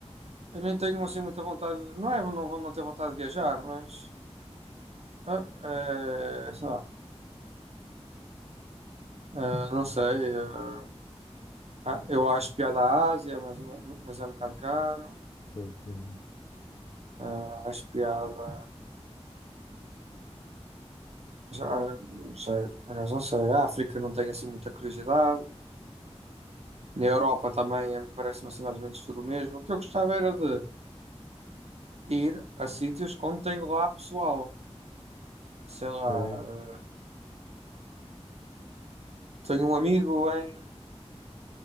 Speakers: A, on the right (about 70°); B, on the left (about 55°).
A: Eu nem tenho assim muita vontade, não é, não vou não ter vontade de viajar, mas ah, eh, sei lá, ah, não sei, ah, ah, eu acho piada à Ásia, mas, mas é um bocado caro,
B: Pois, hum,
A: Ah, acho piada, já, não sei, por acaso não sei, a África não tenho assim muita curiosidade, na Europa também, a mim parece-me assim mais ou menos tudo o mesmo, o que eu gostava era de ir a sítios onde tenho lá pessoal, sei lá, ah,
B: ok.
A: tenho um amigo em